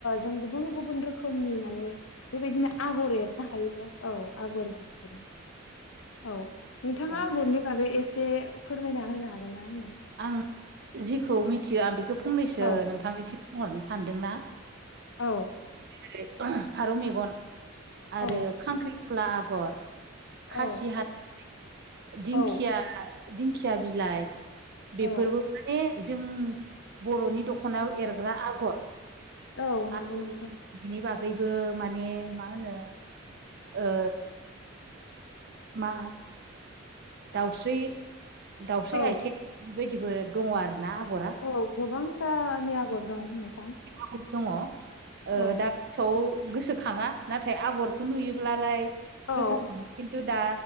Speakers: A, on the left; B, on the right.
A: जों गुबुन गुबुन रोखोमनि माने बेबायदिनो आगर एरनो हायो औ आगर एरनो हायो। औ नोंथाङा
B: दा
A: आगरनि बागै एसे फोरमायना होनो हागोन ना आंनो
B: आं जिखौ मिथिया आं बेखौ फंनैसो
A: औ
B: नोंथांनिसिम बुंहरनो सानदोंना
A: औ
B: जेरै फारौ मेगन आरो
A: औ
B: खांख्रि खला आगर, खासि
A: औ
B: हाथाइ, दिंखिया
A: औ
B: दिंखिया बिलाइ बेफोरबो
A: औ
B: माने जों बर'नि दख खनायाव एरग्रा आगर
A: औ नंगौ
B: आरो
A: नोंथां
B: बिनि बागै गैबो माने मा होनो ओ मा दाउस्रि दाउस्रि
A: औ
B: आइथिं बेबायदि गबो दङ आरो ना आगरा
A: औ गोबांथानि आगर दं नोंथां।
B: आगर दङ ओ
A: औ
B: दाथौ गोसोआव गोसोखाङा नाथाय आगरखौ नुयोब्लालाय
A: औ
B: गोसोखांङो खिन्थु दा